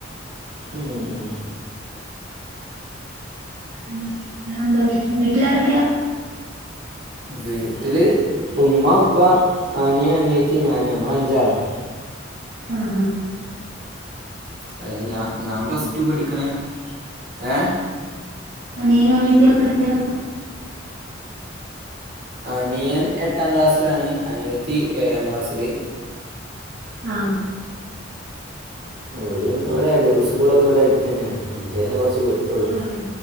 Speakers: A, on the right; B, on the right.
A: ഉം ഉം
B: പിന്നെന്താ വിശേഷം വീട്ടിലാരൊക്കെയാ
A: വീട്ടില് ഉമ്മ ഉപ്പ അനിയ അനിയത്തി ഞാന് ഞങ്ങ അഞ്ചാളാണ്
B: ആ ആ
A: അതായത് ഞാ ഞാൻ പ്ലസ് ടു പഠിക്കണേ ഏ
B: അനിയനും അനിയത്തിയും എന്ത്
A: അനിയൻ എട്ടാം ക്ലാസ്സിലാണ് അനിയത്തി ഏഴാം ക്ലാസ്സില്
B: ആ
A: ഓലന്നെ ഇവിടെ സ്കൂളൊക്കെ ഇവിടെ അടുത്ത് തന്നെയാണ് ഇന്ത്യനെ കുറച്ച് വിട്ടുള്ളൂ
B: ആഹ്